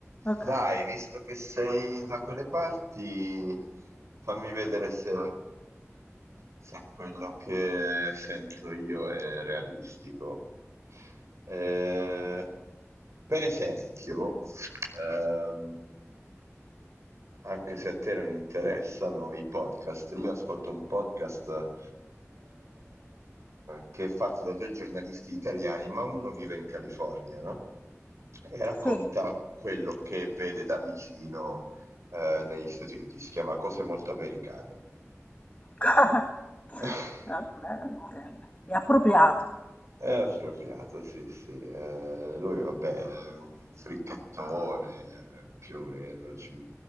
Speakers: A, on the left (about 30°); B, on the right (about 70°).
A: Okay,
B: Dai, visto che sei da quelle parti, fammi vedere se, se quello che sento io è realistico. Eh, per esempio, Ehm, anche se a te non interessano i podcast, io ascolto un podcast eh, che è fatto da due giornalisti italiani, ma uno vive in California, no? E racconta
A: sì.
B: quello che vede da vicino eh, negli Stati Uniti. Si chiama Cose molto americane.
A: <laughs>
B: <laughs>
A: no, vabbè, È appropriato.
B: È appropriato, sì, sì. Eh, lui, vabbè, è un fricchettone, eh, più o meno, cin-